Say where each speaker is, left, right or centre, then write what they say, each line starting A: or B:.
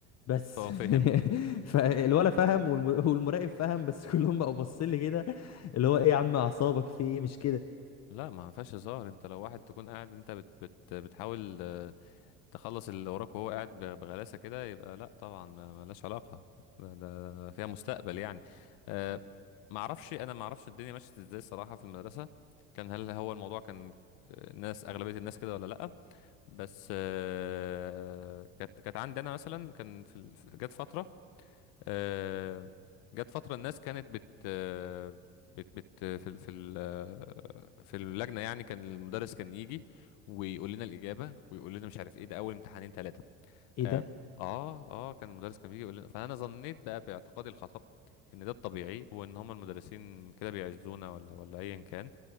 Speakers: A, on the left; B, on the left.
A: بس
B: اه فهم
A: <laughs> فالولا فهم والم- والمراقب فهم بس كلهم بقوا باصين لي كده اللي هو ايه يا عم اعصابك في ايه مش كده
B: لا ما فيهاش هزار انت لو واحد تكون قاعد انت بت بت بتحاول آه، تخلص اللي وراك وهو قاعد ب- بغلاسة كده يبقى لا طبعا ما- ملهاش علاقة ده, ده فيها مستقبل يعني أه معرفش انا معرفش الدنيا مشيت ازاي الصراحة في المدرسة كان هل هو الموضوع كان آه، الناس أغلبية الناس كده ولا لأ بس أه كانت كانت عندي أنا مثلا كان في ال- في- جت فترة آه، جت فترة الناس كانت بت آه، بت بت في ال- في ال- آه، في اللجنة يعني كان المدرس كان يجي ويقول لنا الإجابة ويقول لنا مش عارف إيه ده أول امتحانين ثلاثة
A: ايه
B: اه
A: ده
B: اه آه، كان المدرس كان بيجي يقول لنا فأنا ظنيت بقى باعتقادي الخطأ إن ده الطبيعي وإن هما المدرسين كده بيعزونا ولا ولا أيا كان